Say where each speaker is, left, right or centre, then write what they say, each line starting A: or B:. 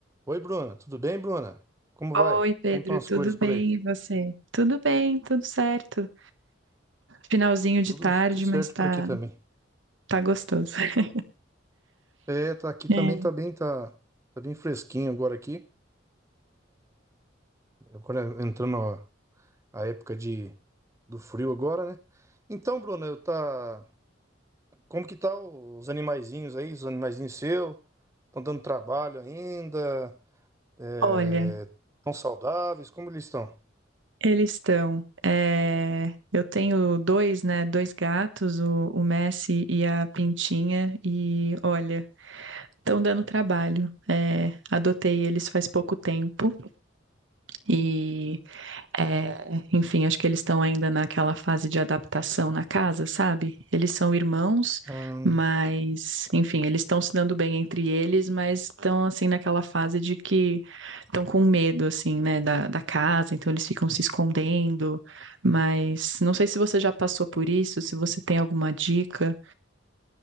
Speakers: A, on the right; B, on the right.
A: Oi, Bruna. Tudo bem, Bruna? Como
B: Oi,
A: vai?
B: Pedro,
A: Como estão as
B: tudo
A: coisas por
B: bem?
A: aí?
B: E você? Tudo bem, tudo certo. Finalzinho
A: Tudo,
B: de tarde,
A: tudo certo
B: mas tá,
A: por aqui também.
B: tá gostoso. <laughs>
A: É, tá aqui
B: É,
A: também tá bem, tá, tá bem fresquinho agora aqui. Agora entrando a, a época de, do frio agora, né? Então, Bruna, eu tá, como que tá os animaizinhos aí? Os animaizinhos seus? Estão dando trabalho ainda? É,
B: Olha,
A: estão saudáveis? Como eles estão?
B: eles estão. é, eu tenho dois, né? Dois gatos, o, o Messi e a Pintinha, e olha, estão dando trabalho. É, adotei eles faz pouco tempo. e É, enfim, acho que eles estão ainda naquela fase de adaptação na casa, sabe? Eles são irmãos,
A: Hum,
B: mas, enfim, eles estão se dando bem entre eles, mas estão, assim, naquela fase de que estão com medo, assim, né, da, da casa, então eles ficam se escondendo. Mas não sei se você já passou por isso, se você tem alguma dica.